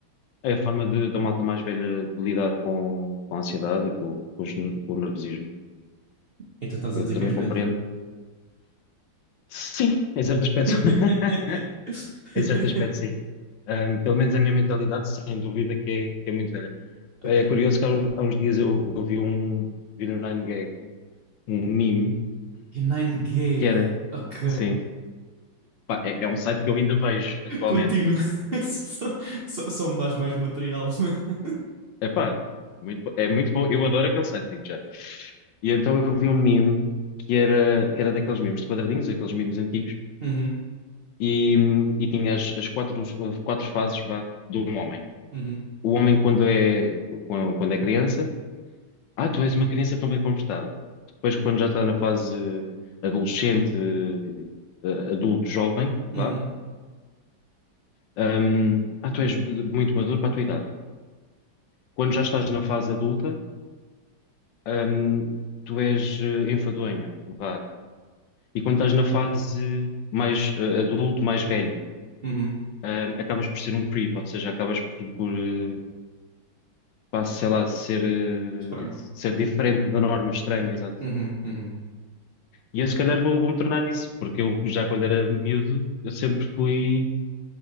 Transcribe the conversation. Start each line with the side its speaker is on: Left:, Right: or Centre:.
Left: é a forma de, da malta mais velha lidar com, com a ansiedade e com, com os ner- com o nervosismo.
Right: Então estás
Left: Eu
Right: a dizer
Left: também
Right: que és velho.
Left: compreendo. Sim, em certo aspecto,
Right: <laughs>
Left: <laughs> em certo aspecto, sim. Ah, pelo menos a minha mentalidade, sem dúvida, que é que é muito velha.
Right: Ok.
Left: É curioso que há uns há uns dias eu, eu vi um vi no 9gag um meme
Right: E Nine Gag.
Left: que era,
Right: Ok.
Left: sim, pá, é, é um site que eu ainda vejo
Right: <laughs>
Left: atualmente.
Right: Continua. <laughs> Só, só- só me dás mais material. <laughs>
Left: É pá, muito, bo- é muito bom, eu adoro aquele site, digo já. E então
Right: Ok.
Left: eu vi um meme que era, que era daqueles memes de quadradinhos, aqueles memes antigos,
Right: Uhum,
Left: e, e tinha as, as quatro, quatro fases, vá, de um homem.
Right: uhum,
Left: O homem quando é, quando quando é criança. Ah, tu és uma criança tão bem comportada. Depois, quando já está na fase adolescente, eh, adulto, jovem,
Right: uhum,
Left: vá, hum, ah, tu és muito maduro para a tua idade. Quando já estás na fase adulta, hum, tu és eh, enfadonho, vá. E quando estás na fase mais eh, adulto, mais velho,
Right: uhum.
Left: hum, acabas por ser um creep, ou seja, acabas por, por eh, pá, sei lá, ser, eh,
Right: Estranho.
Left: ser diferente da norma, estranho, exato.
Right: Uhum, uhum.
Left: E eu se calhar vou, vou-me tornar nisso, porque eu já quando era miúdo, eu sempre fui.